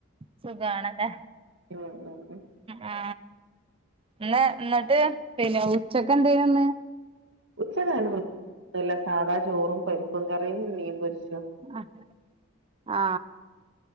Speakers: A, on the right; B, on the right.
A: സുഖണല്ലേ
B: ഉം ഉം ഉം
A: ആ എന്നാ എന്നിട്ട് പിന്നെ ഉച്ചക്കെ എന്തനന്ന്
B: ഉച്ച കല്ല സാധാ ചോറും പരിപ്പും കറിയും മീൻ പൊരിച്ചു
A: ആഹ് ആ